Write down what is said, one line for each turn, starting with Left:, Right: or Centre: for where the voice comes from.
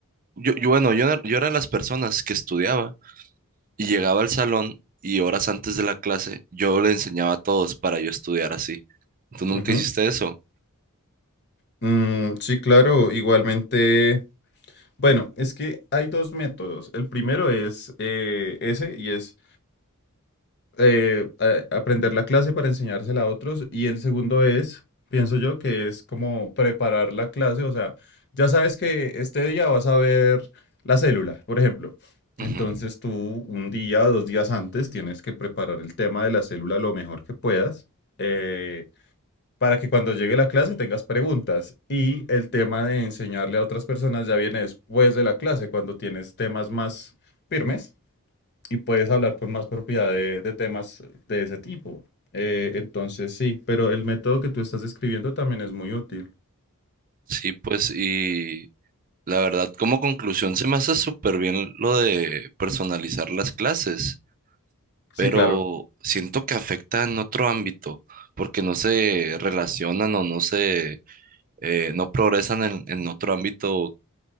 Right: yo, yo, bueno, yo, era- yo era de las personas que estudiaba y llegaba al salón y horas antes de la clase yo le enseñaba a todos para yo estudiar así. ¿Tú nunca
Left: Ujú.
Right: hiciste eso?
Left: Mm, sí, claro, igualmente. Bueno, es que hay dos métodos. El primero es eh, ese y es eh, a- aprender la clase para enseñársela a otros. Y el segundo es, pienso yo, que es como preparar la clase. O sea, ya sabes que este día vas a ver la célula, por ejemplo.
Right: Ujú.
Left: Entonces tú un día, dos días antes, tienes que preparar el tema de la célula lo mejor que puedas. eh, para que cuando llegue la clase tengas preguntas. Y el tema de enseñarle a otras personas ya viene después de la clase, cuando tienes temas más firmes y puedes hablar con más propiedad de, de temas de ese tipo. Eh, entonces, sí, pero el método que tú estás escribiendo también es muy útil.
Right: Sí, pues, y la verdad, como conclusión, se me hace súper bien lo de personalizar las clases,
Left: Sí,
Right: pero
Left: claro,
Right: siento que afecta en otro ámbito, porque no se relacionan o no se, eh, no progresan en, en otro ámbito